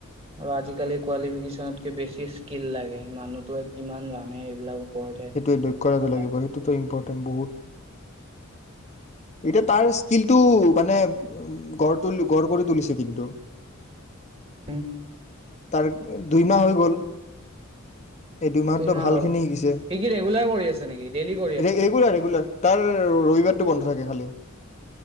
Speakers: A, on the right; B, on the left.
A: অ আজিকালি কোৱালিফিকেচনতকে বেছি স্কিল লাগে, মানুহটোৱে কিমান জানে এইবিলাক ওপৰতহে
B: সেইটোৱে দক্ষতাটো
A: কথা
B: লাগিব, সেইটোতো ইম্পৰ বহুত এতিয়া তাৰ স্কিলটো মানে গৰ্ত <unintelligible> তুলু গঢ় কৰি তুলিছে কিন্তু।
A: উম।
B: তাৰ দুই মাহ হৈ গ'ল এই দুইমাহতো
A: দুই মাহ
B: ভালখিনি
A: হল
B: শিকিছে
A: সি কি ৰেগুলাৰ কৰি আছে নেকি ডেইলি কৰি
B: ৰে
A: আছে
B: ৰেগুলাৰ ৰেগুলাৰ তাৰ ৰবিবাৰটো বন্ধ থাকে খালি।